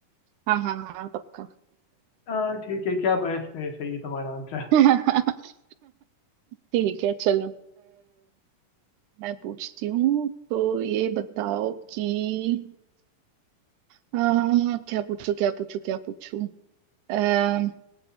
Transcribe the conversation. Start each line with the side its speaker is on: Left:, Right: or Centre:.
Right: हाँ हाँ हाँ हाँ, पक्का
Left: हाँ ठीक है क्या बहस है सही है तुम्हारा आंसर
Right: <laughs> ठीक है चलो मैं पूछती हूँ तो ये बताओ कि अ, क्या पूछूं क्या पूछूं क्या पूछूं अम्म,